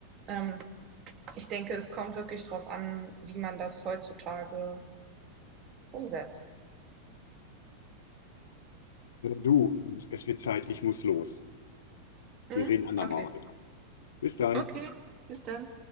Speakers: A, on the right; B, on the left.
A: ähm, ich denke, es kommt wirklich drauf an, wie man das heutzutage umsetzt.
B: Du, es wird Zeit, ich muss los.
A: Mhm.
B: Wir reden andermal
A: Okay,
B: weiter. Bis dann.
A: okay, bis dann.